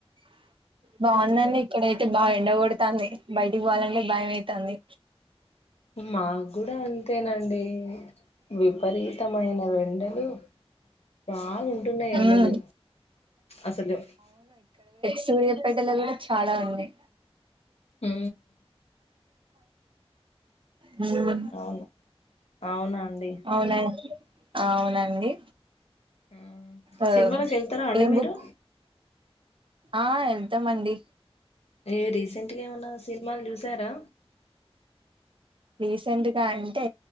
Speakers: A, on the right; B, on the left.
A: బాగుందండి ఇక్కడ అయితే బాగ ఎండగొడుతుంది బయటికి పోవాలంటే భయం అవుతుంది
B: మాకు గూడా అంతేనండి విపరీతమైన వెండలు బాగుంటున్నాయి ఎండలు
A: ఉమ్
B: అసలు
A: స పెడలు కూడా చాలా ఉన్నాయి
B: ఉ
A: మ అ
B: అవును అవునా అండి
A: అవునా అవునండి
B: ఆ
A: ఆ
B: సినిమాలోకి యెళ్తారా అండి
A: ఏం
B: మీరు
A: బుక్ ఆ యెళ్తామండి
B: ఏ రీసెంట్ గా ఏమైనా సినిమాలు జూసారా
A: రీసెంట్ గా అంటే